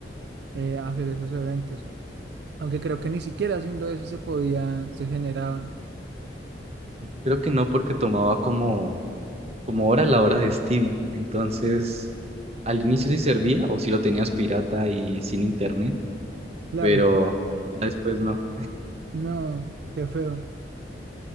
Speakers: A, on the right (about 65°); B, on the right (about 35°).
A: eh, hacer esos eventos. Aunque creo que ni siquiera haciendo eso se podían, se generaban.
B: Creo que no porque tomaba como, como hora la hora de Steam. Entonces, al inicio sí servía o si lo tenías pirata y sin internet,
A: Claro,
B: pero ya después no.
A: <laughs> no, qué feo.